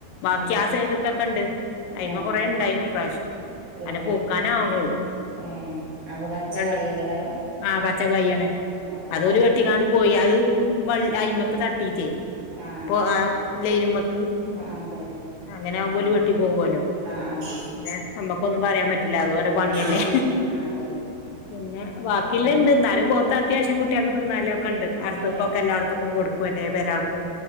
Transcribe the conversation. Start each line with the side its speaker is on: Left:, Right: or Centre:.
Left: ബാക്കി
Right: ഏഹ്
Left: ആ സൈയ്ട്ട്ത്തൊക്കെ ഇണ്ട് അയിമ
Right: ഏഹ്
Left: കൊറെേ ഇണ്ടായ്നു ഇപ്രാശ്യം.
Right: ഏഹ്
Left: അനെ പൗക്കാൻ ആവ്ണ്ള്ളൂ
Right: ഏഹ് അപ്പൊ പച്ച
Left: ഇണ്ട്
Right: കായല്ലേകാരം
Left: ആ പച്ച. പച്ചകയാണ്
Right: അപ്പൊ
Left: അതൊരു
Right: നമ്മ
Left: വെട്ടിക്കാണ്ട് പോയി അത് വള്ളി അയ്മക്ക് തട്ടീറ്റേ.
Right: ആഹ്
Left: പോ ആ ലൈൻമ്മക്ക്.
Right: ആഹ് അതന്നെ
Left: അങ്ങനെ ആകുമ്പോ
Right: അപ്പൊ
Left: ഓൽ വെട്ടി പോവല്ലോ
Right: ആഹ് ആഹ്
Left: ഏ പറയാൻ പറ്റില്ല അതൊലെ
Right: പറ്റൂല
Left: പണിയല്ലേ
Right: ആഹ് അതന്നെ
Left: പിന്നെ ബാക്കിള്ളണ്ട്.
Right: ഉം
Left: പൗത്ത് അത്യാവിശ്യംകുട്ടിയൾക്ക് തിന്നാലേക്കെണ്ട് അടുത്ത്
Right: ഏഹ്
Left: ഒക്കെ എല്ലട്ത്ത്ക്കും കൊടുക്കും എല്ലാപേരാൾക്കും.